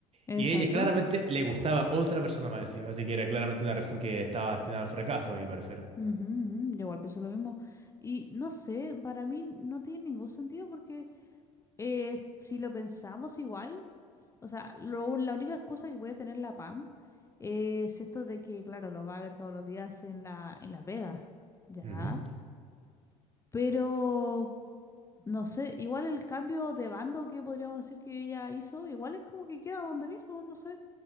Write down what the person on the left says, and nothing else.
exacto.
Ujú, ujú, Yo igual pienso lo mismo. Y no sé, para mí no tiene ningún sentido porque eh, si lo pensamos igual, o sea, lo- la única excusa que puede tener la PAM es esto de que, claro, lo va a ver todos los días en la, en la Vega, ¿ya?
Pero, no sé, igual el cambio de bando que podríamos decir que ella hizo, igual es como que queda donde mismo, no sé.